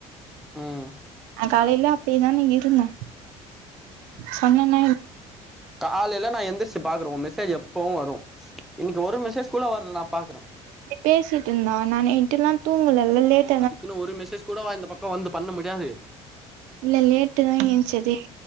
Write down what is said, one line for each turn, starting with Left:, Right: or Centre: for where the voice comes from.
Centre: ம்
Right: நா காலையில அப்டிதானே இருந்தே சொன்னேனா
Centre: காலேல நா எந்திருச்சு பாக்றே உ மெசேஜ் எப்பவு வரு இன்னைக்கு ஒரு மெசேஜ் கூட வர்றல நா பாக்கறே
Right: பேசிட்டுருந்தா நா நைட்டெல்லா தூங்கலல்ல லேட்
Centre: அதுக்குன்னு ஒரு மெசேஜ் கூடவ இந்த பக்கோ வந்து பண்ண முடியாது
Right: இல்ல லேட்டு தா எஞ்சதே